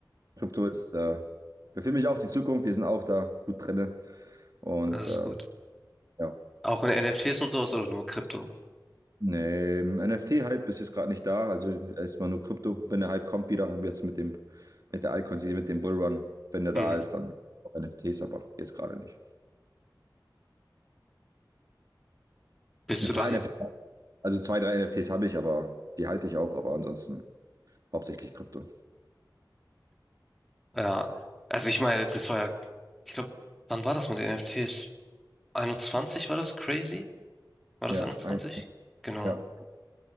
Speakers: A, on the right; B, in the centre.
A: Krypto ist äh, für mich auch die Zukunft. Wir sind auch da gut drinne. Und
B: Das ist
A: äh,
B: gut.
A: ja.
B: Auch in NFTs und sowas oder nur Krypto?
A: Nee, NFT-Hype ist jetzt gerade nicht da, also erstmal nur Krypto. Wenn der Hype kommt wieder, und jetzt mit dem, mit der Altcoin, mit dem Bullrun, wenn der da
B: Hm.
A: ist, dann auch NFTs, aber jetzt gerade nicht.
B: Bist
A: Ein
B: du
A: paar
B: dann,
A: NFTs, also zwei, drei NFTs habe ich, aber die halte ich auch, aber ansonsten hauptsächlich Krypto.
B: ja. Also ich meine, das war ja, ich glaube, wann war das mit den NFTs? 21 war das crazy? War das
A: Ja,
B: 21?
A: ein,
B: Genau.
A: ja.